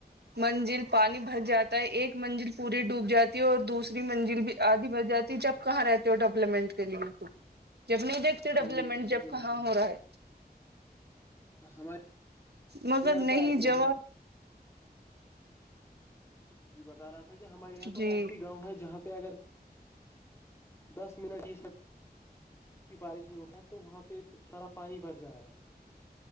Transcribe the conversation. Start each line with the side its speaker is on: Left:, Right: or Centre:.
Right: منزل پانی بھر جاتا ہے ایک منزل پوری ڈوب جاتی ہے اور دوس منزل بھی آدھی بن جاتی جب کہاں رہتے ہو ڈیولپمنٹ کے لیے تو جب نہیں دیکھ ڈیولپمنٹ
Left: ہاں یہ تو صحیح
Right: جب کہاں
Left: بات فرمائیے
Right: ہو رہا ہے
Left: ہمارے
Right: مگر
Left: یہاں تو
Right: نہیں
Left: ایسے
Right: جواب
Left: جی بتا رہا تھا کہ ہمارے یہاں تو
Right: جی
Left: ایسی گاؤں ہے جہاں پہ اگر دس منٹ بیس من بارش رک ہے تو وہاں پہ برا پانی بھر جا رہا ہے